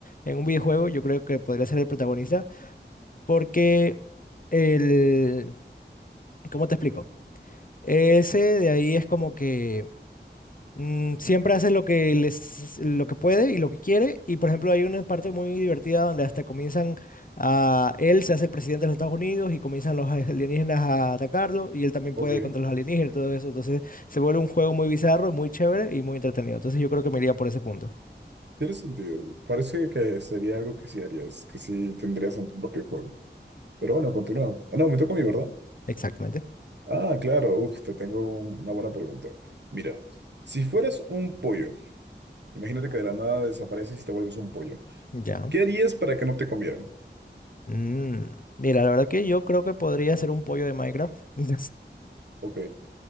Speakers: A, on the left (about 50°); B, on the right (about 70°).
A: en un videojuego, yo creo que podría ser el protagonista porque el... ¿Cómo te explico? Ese de ahí es como que... Mm, siempre hace lo que les, lo que puede y lo que quiere. Y por ejemplo, hay una parte muy divertida donde hasta comienzan a él se hace el presidente de los Estados Unidos y comienzan los alienígenas a atacarlo y él también
B: Ok,
A: puede contra los alienígenas y todo eso. Entonces se vuelve un juego muy bizarro, muy chévere y muy entretenido. Entonces yo creo que me iría por ese punto.
B: tiene sentido. Parece que sería algo que sí harías, que sí tendrías en tu propio juego. Pero bueno, continúa. Ah, no, me toca a mí, ¿verdad?
A: Exactamente.
B: Ah, claro, uf, te tengo un- una buena pregunta. Mira, si fueras un pollo, Imagínate que de la nada desapareces y te vuelves un pollo.
A: Ya.
B: ¿Qué harías para que no te comieran?
A: Mm, mira, la verdad que yo creo que podría ser un pollo de Minecraft. <laughs>
B: Ok,